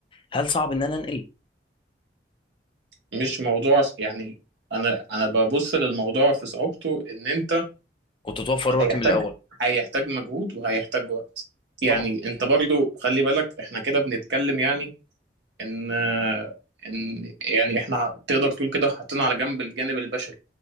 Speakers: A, on the left; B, on the right.
A: هل صعب ان انا انقل
B: مش موضوع س- يعني انا انا ببص للموضوع في صعوبته ان انت
A: كنت توفر وقت
B: هيحتاج
A: من الاول
B: هيحتاج مجهود وهيحتاج وقت يعني
A: طبعا
B: انت برضو خلي بالك احنا كده بنتكلم يعني ان ان يعني احنا تقدر تقول كده حاطين على جنب الجانب البشري